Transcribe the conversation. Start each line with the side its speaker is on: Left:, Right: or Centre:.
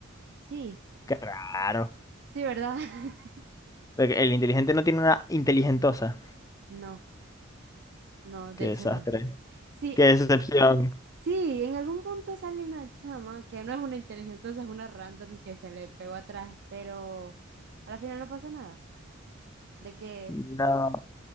Right: Sí.
Left: Qué raro.
Right: Sí, ¿verdad? <laughs>
Left: Porque El inteligente no tiene una inteligentosa.
Right: No, no, de
Left: Qué
Right: hecho
Left: desastre.
Right: no. Sí,
Left: Qué
Right: ah,
Left: decepción.
Right: sí, en algún punto sale una chama que no es una inteligente, es una random que se le pegó atrás, pero a la final no pasa nada. De que,
Left: No.